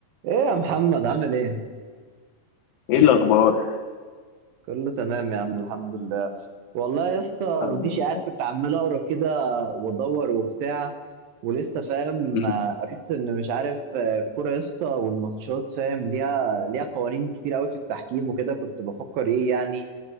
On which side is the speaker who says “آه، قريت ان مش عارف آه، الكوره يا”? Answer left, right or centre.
Right